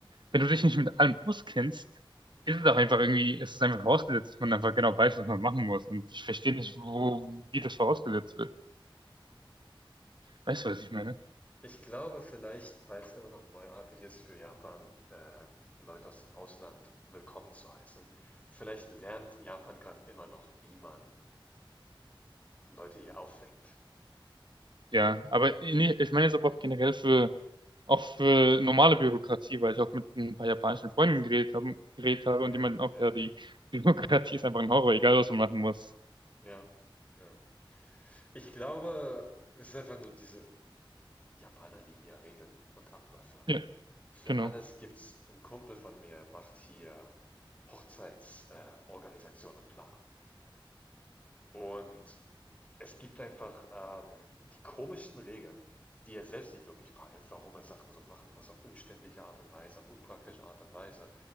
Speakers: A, on the right; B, on the left.
A: wenn du dich nicht mit allem auskennst,
B: Mm.
A: ist es auch einfach irgendwie, es ist einfach vorausgesetzt, dass man einfach genau weiß, was man machen muss. Und ich verstehe nicht, wo, wie das vorausgesetzt wird. Weißt du, was ich meine?
B: Ich glaube vielleicht, weil es immer noch neuartig ist für Japan, äh, Leute aus dem Ausland willkommen zu heißen. Vielleicht lernt Japan gerade immer noch, wie man Leute hier auffängt.
A: Ja, aber nee, ich meine jetzt aber auch generell für, auch für normale Bürokratie, weil ich auch mit ein paar japanischen Freunden geredet habe, geredet habe
B: Ja,
A: und die meinten auch,
B: ja,
A: ja, die
B: ja,
A: Bürokratie ist einfach ein Horror, egal was man machen muss.
B: ja. ja. Ich glaube, es ist einfach nur diese Die Japaner lieben ja Regeln und Abläufe.
A: Ja,
B: Für
A: genau.
B: alles gibt's 'n Kumpel von mir macht hier Hochzeits äh, Organisation und Planung. Und es gibt einfach, ähm, die komischsten Regeln, die er selbst nicht wirklich peilt, warum er Sachen so machen muss, auf umständliche Art und Weise, auf unpraktische Art und Weise.